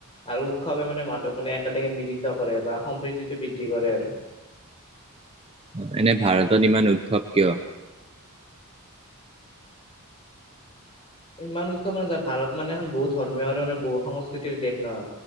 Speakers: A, on the left (about 25°); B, on the right (about 25°).
A: আৰু উৎসৱে মান মানুৱ কোনে এালকে মিলিত কৰে বা স। প্ৰকতিটো বৃদ্ধি কৰে আৰু।
B: অ এনে ভাৰতত ইমান উৎসৱ কিয়?
A: ইমান উৎসৱ মানে যে ভাৰত মানে এখন বহুত ধৰ্মীয় আৰুানে বহু সংস্কৃতিৰ দেশ ন।